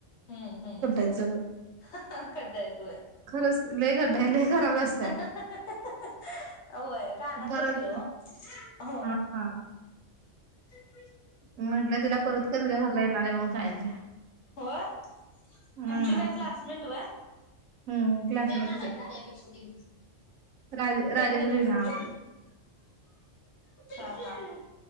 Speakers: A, on the left (about 60°); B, on the right (about 85°).
A: हा हा
B: त्या <inaudible>
A: ह हां खड्डा येतोय.
B: खरंच लई खड्डे लई खराब रस्ता
A: हं
B: आहे
A: हं हं हं होय रानातलं
B: परत
A: तिकडं ओ हो
B: हा हा
A: <inaudible>
B: म्हटलं तिला परत कधी तुझ्या घरला येणार नाही. म्हणून सांगितलय.
A: होय <inaudible>
B: हम्म
A: तुमची काय? क्लासमेंट व्हय.
B: हम्म क्लासमेटच
A: तेे म्हणायचा
B: आहे
A: माह्यापेक्षा ती
B: राज
A: पेन
B: राजश्री
A: देतो
B: नाव
A: थांब.
B: आहे तिचं
A: <inaudible> हं